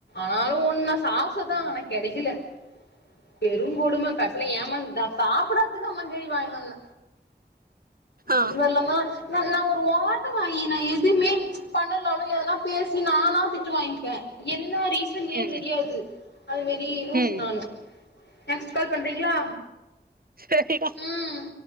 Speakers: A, on the left; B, on the right.
A: ஆளு ஒன்னா சார்ஸ்சுதா ஆனா கெடைக்கில பெருங்கொடுமை கடைசில ஏமாந்து தா நா சாப்பிடாதுக்கு <unintelligible> வாங்கினு வந்தே
B: ஆ
A: இது மாறி இல்லன்னா நா நா ஒரு ஓட்ட வாயி நா எதுமே பண்ணுல்னாலு எதனா பேசி நானா திட்டு வாங்கிப்பே என்னா ரீஸ் சன்னே
B: ம்
A: தெரியாது அது மாறி லூசு
B: ம்
A: நானு நெக்ஸ்ட் கால் பண்றீங்ளா
B: சரிடா
A: ம்